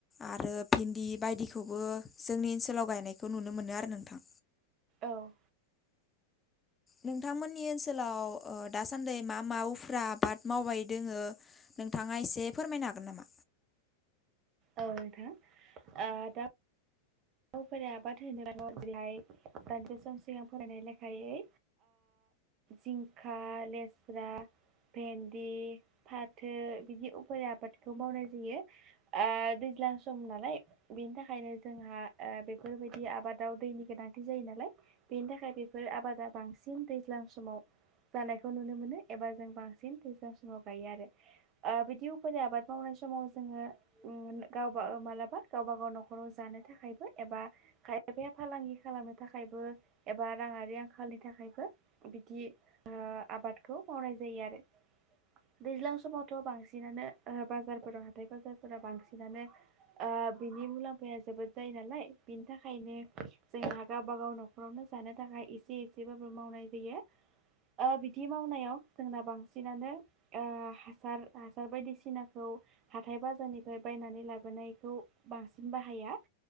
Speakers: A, on the left; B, on the right.
A: आरो भिन्दि बायदिखौबो जोंनि ओनसोलाव गायनायखौ नुनो मोनो आरो नोंथां।
B: औ।
A: नोंथांमोननि ओनसोलाव दासान्दि मा मा उफुर्रा आबाद मावबाय दोङो। नोंथाङा एसे फोरमायनो हागोन नामा?
B: औ नोंथां दा। आबाद होनो र जेरैहाय दानज सम सिगां फरायनाय लेखायै जिंखा, लेस्रा भेन्दि, फाथो बिदि उफ्रा आबादखौ मावनाय जायो। दैज्लां सम नालाय बेनि थाखायनो जोंहा बेफोर बायदि आबादाव दैनि गोनांथि जायो नालाय बेनि थाखाय बेफोर आबादा बांसिन दैज्लां समाव। जानायखौ नुनो मोनो एबा जों बांसिन दैजां समाव गायो आरो बिदि उफ्रा आबाद मावनाय बे समाव जोङो गावबा मालाबा गावबा गाव न'खराव जानो थाखायबो एबा खायफाया फालांगि खालामनो थाखायबो एबा राङारि आंखालनि थाखायबो। बिदि आबादखौ मावनाय जायो आरो। दैज्लां समावथ' बांसिनानो बाजारफोराव हाथाय बाजारफोराव बांसिनानो बिनि मुलाम्फाया जोबोद जायो नालाय। बिनि थाखायनो जोंहा गावबा गाव न'खरावनो जानो थाखाय एसे एसेबाबो मावनाय जायो। बिदि मावनायाव जोंना बांसिनानो हासार हासार बायदिसिनाखौ हाथाय बाजारनिफ्राय बायनानै लाबोनायखौ बांसिन बाहाया।